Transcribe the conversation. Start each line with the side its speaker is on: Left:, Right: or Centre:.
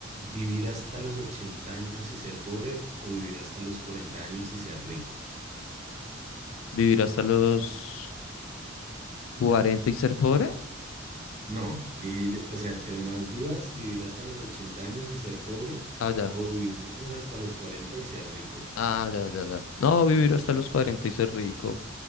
Right: ¿Vivir hasta los 80 años y ser pobre o vivir hasta los 40 años y ser rico?
Left: ¿Vivir hasta los cuarenta y ser pobre?
Right: No, vivir, o sea, entre más vivas, vivir hasta los 80 años y ser pobre,
Left: Ah, ya.
Right: o vivir menos hasta los 40 y ser rico.
Left: Ah, ya, ya, ya. No, vivir hasta los 40 y ser rico.